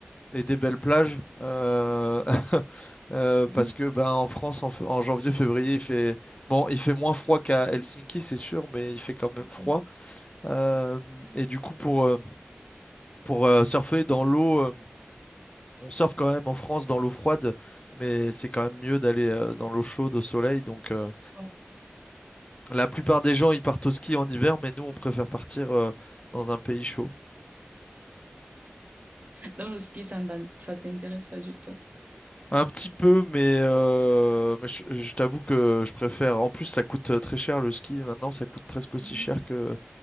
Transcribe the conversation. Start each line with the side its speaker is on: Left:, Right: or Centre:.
Left: et des belles plages euh, <laughs> euh,
Right: Mhm.
Left: parce que ben en France en, f- en janvier, février, il fait bon, il fait moins froid qu'à Helsinki, c'est sûr, mais il fait quand
Right: Mhm.
Left: même froid. Euh, et du coup, pour euh, pour euh, surfer dans l'eau, euh, on surfe quand même en France dans l'eau froide, mais c'est quand même mieux d'aller euh, dans l'eau chaude au soleil, donc. euh,
Right: Oh.
Left: La plupart des gens, ils partent au ski en hiver, mais nous, on préfère partir euh, dans un pays chaud.
Right: Dans le ski, ça n'en- ça t'intéresse pas du tout.
Left: Un petit peu, mais, euh, mais je, je t'avoue que je préfère. En plus, ça coûte euh, très cher le ski. Maintenant, ça coûte presque
Right: Mhm.
Left: aussi cher que